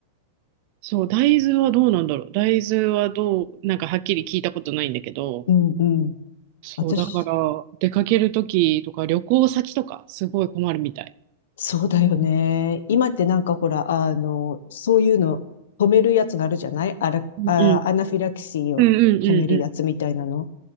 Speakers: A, on the right; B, on the left.
A: そう、大豆はどうなんだろう。大豆はどう、なんかはっきり聞いたことないんだけど、
B: うん、うん。
A: そう、
B: 私、
A: だから、出かけるときとか、旅行先とか、すごい困るみたい。
B: そうだよね。今ってなんかほら、あの、そういうの止めるやつがあるじゃないアラ、
A: うんうん。
B: あ、アナフィラキシーを止めるやつみたいなの。
A: うんうんうんう